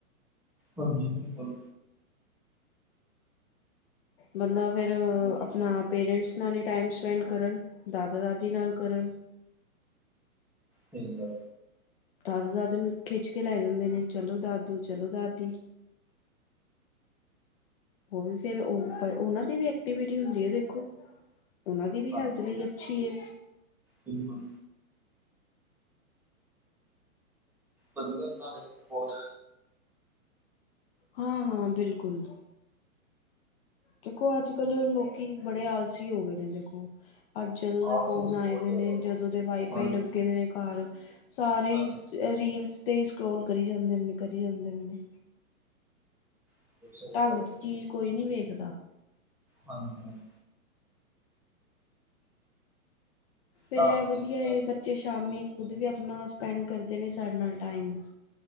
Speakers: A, in the centre; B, on the left.
A: ਹਾਂਜੀ ਬਿਲਕੁਲ।
B: ਬੰਦਾ ਫਿਰ ਆਪਣਾ ਪੇਰੈਂਟਸ ਨਾਲ ਹੀ ਟਾਈਮ ਸਪੈਂਡ ਕਰਨ ਦਾਦਾ ਦਾਦੀ ਨਾਲ ਕਰਨ।
A: ਠੀਕ ਆ।
B: ਦਾਦੂ-ਦਾਦੀ ਨੂੰ ਖਿੱਚ ਕੇ ਲੈ ਜਾਂਦੇ ਨੇ ਚਲੋ ਦਾਦੂ ਚਲੋ ਦਾਦੀ। ਉਹ ਵੀ ਫਿਰ ਉਹਨਾਂ ਦੀ ਵੀ ਐਕਟੀਵਿਟੀ ਹੁੰਦੀ ਹੈ ਦੇਖੋ। ਉਹਨਾਂ ਦੀ ਵੀ
A: ਹਾਂਜੀ
B: ਹੈਲਥ ਲਈ ਅੱਛੀ ਹੈ।
A: ਬਿਲਕੁਲ। ਵਧੀਆ ਨਾਲੇ ਬਹੁਤ।
B: ਹਾਂ-ਹਾਂ ਬਿਲਕੁਲ। ਦੇਖੋ ਅੱਜ ਕੱਲ ਲੋਕੀ ਬੜੇ ਆਲਸੀ ਹੋ ਗਏ ਨੇ ਦੇਖੋ। ਪਰ ਜਦੋਂ ਦੇ
A: ਆਪਸੀ
B: ਫੋਨ ਆਏ
A: ਬਹੁਤ
B: ਦੇ
A: ਜ਼ਿਆਦਾ
B: ਨੇ ਜਦੋਂ ਦੇ ਵਾਈਫਾਈ
A: ਹਾਂਜੀ
B: ਲੱਗੇ ਦੇ ਨੇ ਘਰ। ਸਾਰੇ
A: ਹਾਂਜੀ
B: ਹੀ ਰੀਲਸ ਤੇ ਸਕਰੋਲ ਕਰੀ ਜਾਂਦੇ ਨੇ, ਕਰੀ ਜਾਂਦੇ ਨੇ।
A: ਬਿਲਕੁਲ ਸਹੀ
B: ਢੰਗ
A: ਗੱਲ
B: ਦੀ ਚੀਜ਼ ਕੋਈ ਨਹੀਂ ਵੇਖਦਾ।
A: ਹਾਂਜੀ-ਹਾਂਜੀ।
B: ਫਿਰ
A: ਤਾਂ
B: ਇਹ ਵਧੀਆ
A: ਚੀਜ਼ਾਂ
B: ਹੈ ਬੱਚੇ ਸ਼ਾਮੀ ਖੁਦ ਵੀ ਆਪਣਾ ਸਪੈਂਡ ਕਰਦੇ ਨੇ ਸਾਡੇ ਨਾਲ ਟਾਈਮ।